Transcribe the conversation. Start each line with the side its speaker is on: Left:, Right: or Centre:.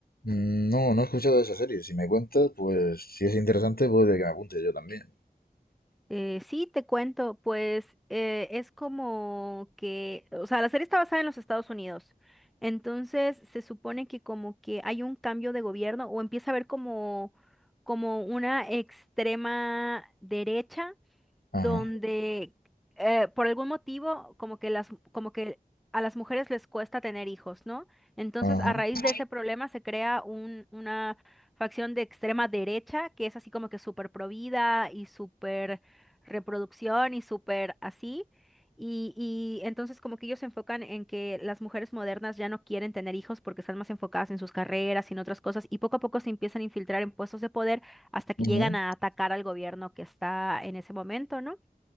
Left: Mm, No, no he escuchado de esa serie. Si me cuentas, pues si es interesante, puede que me apunte yo también.
Centre: Eh, sí, te cuento, pues eh, es como que, o sea, la serie está basada en los Estados Unidos. Entonces se supone que como que hay un cambio de gobierno o empieza a haber como, como una extrema derecha
Left: Ajá,
Centre: donde eh, por algún motivo como que las como que a las mujeres les cuesta tener hijos, ¿no? Entonces,
Left: ajá.
Centre: a raíz de ese problema se crea un, una facción de extrema derecha que es así como que súper provida y súper reproducción y súper así. Y, y entonces como que ellos se enfocan en que las mujeres modernas ya no quieren tener hijos porque están más enfocadas en sus carreras y en otras cosas y poco a poco se empiezan a infiltrar en puestos de poder hasta que
Left: ujú,
Centre: llegan a atacar al gobierno que está en ese momento, ¿no?